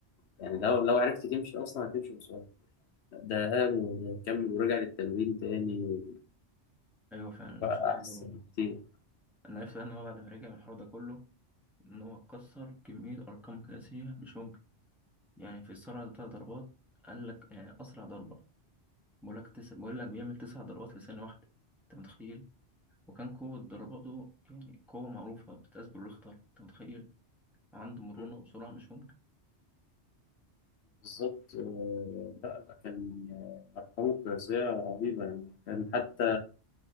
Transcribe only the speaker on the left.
يعني لو لو عرفت تمشي أصلا هتمشي بسرعة ده قام وكمل ورجع للتمرين تاني
وبقى
أحسن
كتير
مم.
بالظبط آه، لا لا، كان آه، أرقامه قياسية رهيبة يعني كان حتى